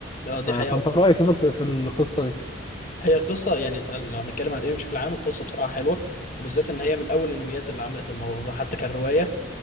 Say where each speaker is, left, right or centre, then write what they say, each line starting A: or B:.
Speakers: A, on the left (about 45°); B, on the left (about 25°).
A: اه دي
B: ف- فانت
A: حقيقة
B: رايك ايه في الق- في القصه دي
A: هي قصة يعني تعال- لو هنتكلم عن الانمي بشكل عام القصة بصراحة حلوة وبالذات ان هي من اول الانميات اللي عملت الموضوع ده حتى كان رواية